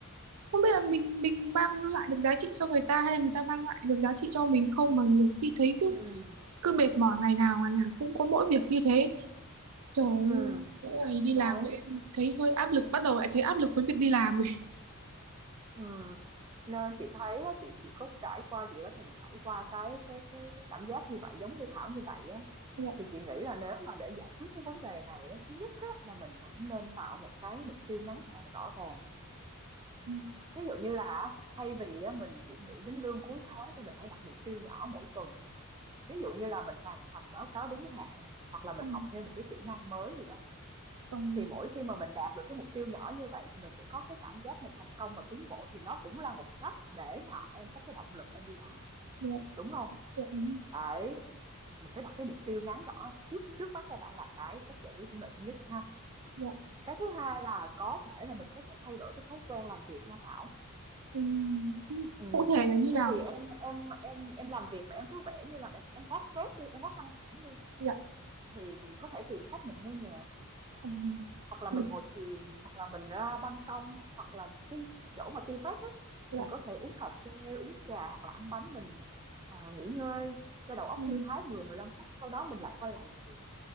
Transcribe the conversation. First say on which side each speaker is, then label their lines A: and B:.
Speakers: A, on the right (about 75°); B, on the right (about 20°).
A: không biết là mình mình mang lại được giá trị cho người ta hay là người ta mang lại được giá trị cho mình không mà nhiều khi thấy cứ
B: ừ
A: cứ mệt mỏi ngày nào ngày nào cũng có mỗi việc như thế trời ơi,
B: ừ
A: mỗi ngày đi
B: Đấy,
A: làm ấy, thấy hơi áp lực bắt đầu lại thấy áp lực với việc đi làm rồi
B: Ừ. Nên chị thấy á, chị chị có trải qua chị đã từng trải qua cái cái cái, cái cảm giác như vậy giống như Thảo như vậy á
A: Dạ,
B: thì chị nghĩ là nếu mà để giải quyết cái vấn đề này á, thứ nhất á, là mình cũng nên tạo một cái mục tiêu ngắn hạn rõ ràng
A: ừ,
B: ví dụ như là thay vì á, mình chỉ nghĩ đến lương cuối tháng thì mình hãy đặt mục tiêu nhỏ mỗi tuần ví dụ như là mình hoàn thành báo cáo đúng hạn nè hoặc là mình
A: ăn,
B: học thêm một cái kỹ năng mới gì đó
A: còn
B: thì mỗi khi mà mình đạt được cái mục tiêu nhỏ như vậy thì mình sẽ có cái cảm giác mình thành công và tiến bộ, thì nó cũng là một cách để mà em có cái động lực em đi làm,
A: dạ,
B: đúng không?
A: dạ, ừ,
B: Đấy, mình phải đặt cái mục tiêu ngắn rõ trước trước mắt cái đã là cái cách giải quyết vấn đề thứ nhất ha.
A: dạ,
B: Cái thứ hai là có thể là mình có thể thay đổi cái thói quen làm việc nha Thảo.
A: ừ, ừ.
B: Ừm,
A: cụ thể là như
B: thay
A: nào
B: vì em em em em làm việc mà em cứ vẽ như là em em quá stress đi, em quá căng thẳng đi,
A: dạ
B: thì mình có thể tìm cách mình nghe nhạc.
A: ừ,
B: Hoặc là
A: ừ,
B: mình ngồi thiền, hoặc là mình ra ban công, hoặc là cái chỗ mà tea break á,
A: dạ
B: mình có thể uống cà phê, uống trà hoặc là ăn bánh mình, à, nghỉ ngơi cho đầu óc
A: ừ,
B: thư thái 10-15 phút, sau đó mình lại quay lại làm việc